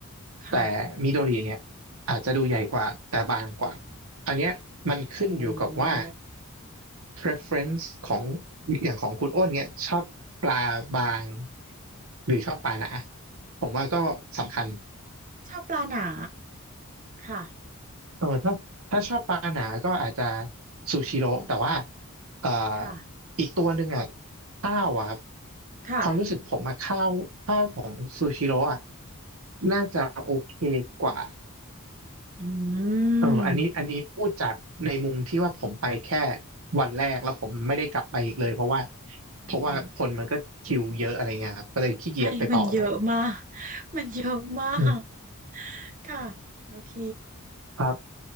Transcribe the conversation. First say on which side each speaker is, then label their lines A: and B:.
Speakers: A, on the right; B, on the right.
A: ค่ะ
B: แต่มิโดริเนี่ยอาจจะดูใหญ่กว่าแต่บางกว่าอันเนี้ยมันขึ้นอยู่กับว่า
A: โอ้
B: preference ของอย่างของคุณอ้นเนี้ยชอบปลาบางหรือชอบปลาหนาผมว่าก็สำคัญ
A: ชอบปลาหนาค่ะ
B: เออถ้าถ้าชอบปลาหนาก็อาจจะซูชิโร่แต่ว่าเอ่อ
A: ค่ะ
B: อีกตัวหนึ่งอ่ะข้าวอ่ะครับ
A: ค่ะ
B: ความรู้สึกผมอ่ะข้าวซูชิโร่อ่ะน่าจะโอเคกว่า
A: อืม
B: เอออันนี้อันนี้พูดจากในมุมที่ว่าผมไปแค่วันแรกแล้วผมไม่ได้กลับไปอีกเลยเพราะว่าเพราะว่าคนมันก็คิวเยอะอะไรเงี้ยครับก็เลยขี้เกียจไปต่อใหม่
A: อืมให้มันเยอะมากมันเยอะมาก
B: อืม
A: ค่ะโอเค
B: ครับ